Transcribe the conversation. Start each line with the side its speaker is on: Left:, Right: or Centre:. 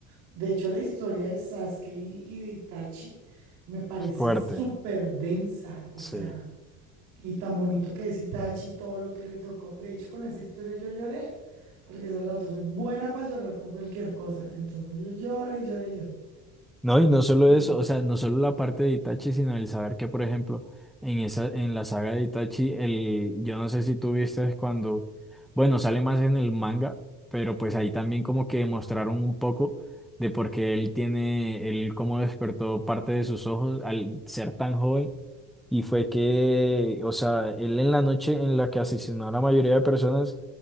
Right: de hecho, la historia de Sasuke y, y de Itachi me parece
Centre: fuerte,
Right: súper densa, o
Centre: sí.
Right: sea, y tan bonito que es Itachi, todo lo que le tocó. De hecho, con esa historia yo lloré, porque esa es la otra, soy buena para llorar con cualquier cosa. Entonces yo lloré y lloré y lloré.
Centre: No, y no solo
Right: Y,
Centre: eso, o
Right: uf,
Centre: sea, no solo la parte de Itachi, sino el saber que, por ejemplo, en esa, en la saga de Itachi, el, yo no sé si tú viste cuando, bueno, sale más en el manga, pero pues ahí también como que mostraron un poco de por qué él tiene, él cómo despertó parte de sus ojos al ser tan joven, y fue que, o sea, él en la noche en la que asesinó a la mayoría de personas,